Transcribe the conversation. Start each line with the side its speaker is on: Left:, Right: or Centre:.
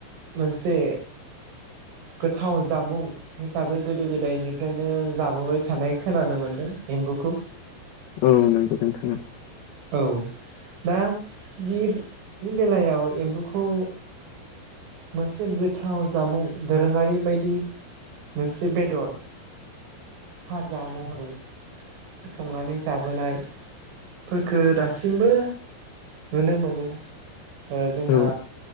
Right: मोनसे गोथाव जामुं हिसाबै गोदो गोदायनिफ्रायनो जाबोबाय थानाय खोनानो मोन्दों एम्बुखौ
Left: औ नंगौ नोंथाङा
Right: औ दा बेनि बेलायाव एम्बौखौ मोनसे गोथाव जामुं दोरोङारि बायदि मोनसे बेदर भाजा महरै संनानै जाबोनाय फोरखो दासिमबो नुनो मोनो जोंहा
Left: औ